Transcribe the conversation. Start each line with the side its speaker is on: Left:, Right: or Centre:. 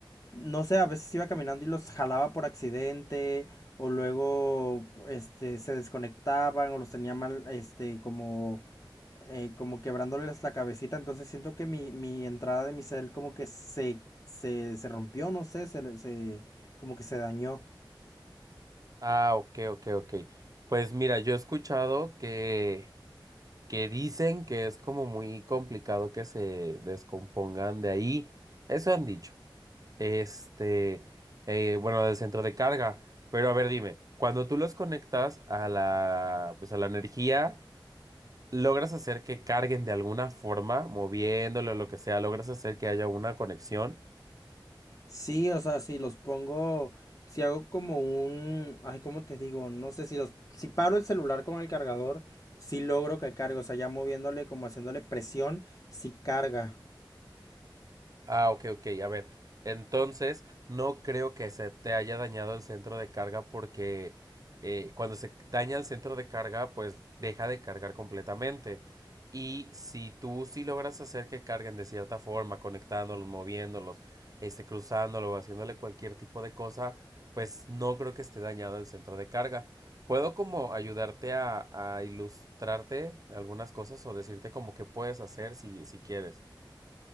Left: no sé, a veces iba caminando y los jalaba por accidente o luego este, se desconectaban o los tenía mal, este, como, eh, como quebrándoles la cabecita. Entonces siento que mi, mi entrada de mi cel como que se, se, se rompió, no sé, se, se, como que se dañó.
Right: Ah, ok, ok, ok. Pues mira, yo he escuchado que que dicen que es como muy complicado que se descompongan de ahí. Eso han dicho. Este, eh, bueno, del centro de carga. Pero a ver, dime, cuando tú los conectas a la, pues a la energía, ¿logras hacer que carguen de alguna forma, moviéndolo o lo que sea? ¿Logras hacer que haya una conexión?
Left: Sí, o sea, si los pongo, si hago como un, ay, ¿cómo te digo? No sé, si los, si paro el celular con el cargador, sí logro que cargue, o sea, ya moviéndole, como haciéndole presión, sí carga.
Right: Ah, ok, ok, a ver. Entonces, no creo que se te haya dañado el centro de carga porque eh, cuando se daña el centro de carga, pues deja de cargar completamente. Y si tú sí logras hacer que carguen de cierta forma, conectándolos, moviéndolos, este, cruzándolo o haciéndole cualquier tipo de cosa, pues no creo que esté dañado el centro de carga. ¿Puedo como ayudarte a, a ilustrarte algunas cosas o decirte como qué puedes hacer si, si quieres?